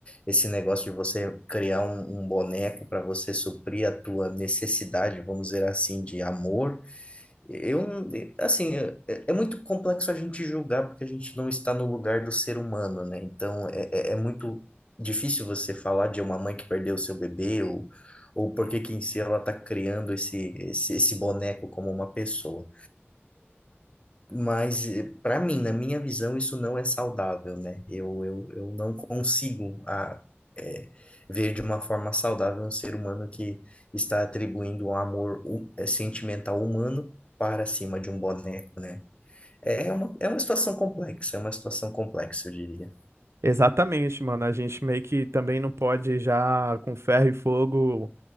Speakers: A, on the left; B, on the right.
A: esse negócio de você criar um, um boneco para você suprir a tua necessidade, vamos dizer assim, de amor eu, assim, é, é muito complexo a gente julgar porque a gente não está no lugar do ser humano, né? Então, é, é é muito difícil você falar de uma mãe que perdeu o seu bebê ou, ou por que que em si ela está criando esse, esse, esse boneco como uma pessoa. Mas, para mim, na minha visão, isso não é saudável, né? Eu, eu, eu não consigo a, é, ver de uma forma saudável um ser humano que está atribuindo um amor hu- é, sentimental humano para cima de um boneco, né? É uma, é uma situação complexa, é uma situação complexa, eu diria.
B: Exatamente, mano. A gente meio que também não pode já com ferro e fogo